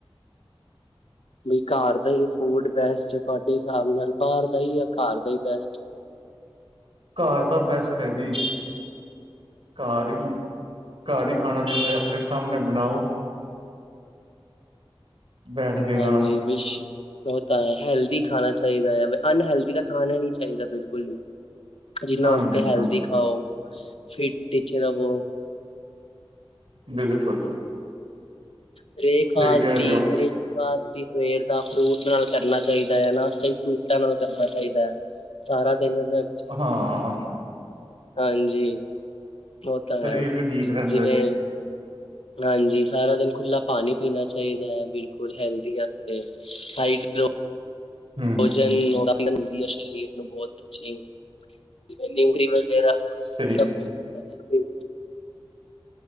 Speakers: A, on the left; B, on the right.
A: ਨੀ ਘਰ ਦਾ ਹੀ ਫੂਡ ਬੈਸਟ ਤੁਹਾਡੇ ਹਿਸਾਬ ਨਾਲ ਬਾਹਰ ਦਾ ਹੀ ਘਰ ਦਾ ਹੀ ਬੈਸਟ।
B: ਘਰ ਦਾ ਬੈਸਟ ਹੈ ਜੀ। ਘਰ ਹੀ ਘਰ ਹੀ ਖਾਣਾ ਚਾਹੀਦਾ। ਆਪਣੇ ਸਾਹਮਣੇ ਬਣਾਓ ਬੈਠ ਕੇ ਨਾਲ
A: ਹਾਂਜੀ। ਵਿਸ਼- ਉਹ ਤਾਂ ਹੈ। ਹੈਲਦੀ ਖਾਣਾ ਚਾਹੀਦਾ ਐ। ਅਨਹੈਲਦੀ ਦਾ ਖਾਣਾ ਹੀ ਨਹੀਂ ਚਾਹੀਦਾ ਬਿਲਕੁਲ ਵੀ ਜਿੰਨਾ
B: ਨਾ
A: ਹੋ ਸਕੇ
B: ਜੀ
A: ਹੈਲਦੀ
B: ਨਾ
A: ਖਾਓ। ਫਿਟ ਟੀਚ ਰਵੋ।
B: ਬਿਲਕੁਲ
A: ਬ੍ਰੇਕਫਾਸਟ,
B: ਸਹੀ ਕਹਿ
A: ਟੀ
B: ਰਹੇ ਹੋ
A: ਬਰੇਕ ਫਾਸਟ ਹੀ ਸਵੇਰ ਦਾ ਫਰੂਟ ਨਾਲ ਕਰਨਾ ਚਾਹੀਦਾ ਹੈਨਾ। ਇਹ ਫਰੂਟਾਂ ਨਾਲ ਕਰਨਾ ਚਾਹੀਦਾ ਹੈ। ਸਾਰਾ ਦਿਨ ਦਾ।
B: ਹਾਂ,
A: ਹਾਂਜੀ, ਉਹ ਤਾਂ ਹੈ
B: ਸਰੀਰ ਵੀ ਠੀਕ ਰਹਿੰਦਾ
A: ਜਿਵੇਂ
B: ਜੀ
A: ਹਾਂਜੀ, ਸਾਰਾ ਦਿਨ ਖੁੱਲਾ ਪਾਣੀ ਪੀਣਾ ਚਾਹੀਦਾ ਐ ਬਿਲਕੁਲ ਹੈਲਦੀ ਵਾਸਤੇ ਸਾਈਡ
B: ਹਮ
A: ਭੋਜਨ ਮਿਲਦੀ ਐ ਸਰੀਰ ਨੂੰ ਬਹੁਤ ਅੱਛੀ ਜਿਵੇਂ ਨਿਊਟਰੀ ਵਗੈਰਾ।
B: ਸਹੀ
A: ਸਭ ਕੁਛ ਮਿਲਦਾ ਹੈ